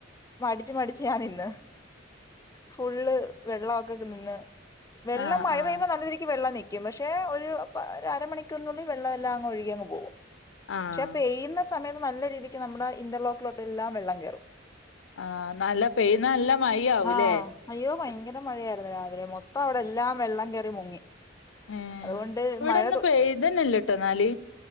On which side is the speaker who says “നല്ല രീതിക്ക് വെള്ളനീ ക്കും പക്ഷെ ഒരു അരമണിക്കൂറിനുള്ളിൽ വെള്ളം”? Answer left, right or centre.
Left